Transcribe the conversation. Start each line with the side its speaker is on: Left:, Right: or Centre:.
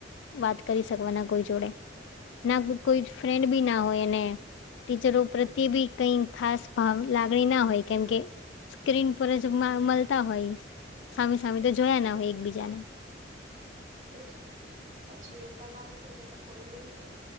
Left: વાત કરી શકવાના કોઈ જોડે ના કોઈ ફ્રેન્ડ બી ના હોય એને ટીચરો પ્રત્યે બી કઈ ખાસ ભ લાગણી ના હોય કેમકે સ્ક્રીન પર જ મળતા હોય. સામે સામે તો જોયા ના હોય એકબીજાને
Right: એજ કે પછી એકલ વા આવ છે એટલે કોઈનું